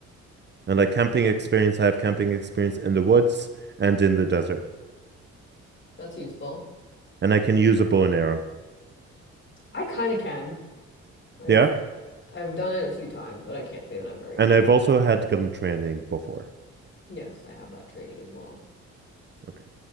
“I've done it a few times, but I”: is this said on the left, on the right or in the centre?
Left